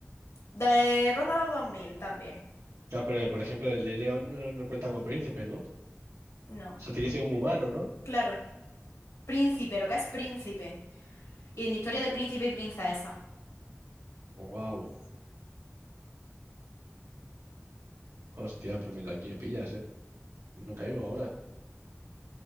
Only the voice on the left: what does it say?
De Ronda a los 2000 también.
No.
Claro. Príncipe, lo que es príncipe. Y en historia de príncipe y princesa.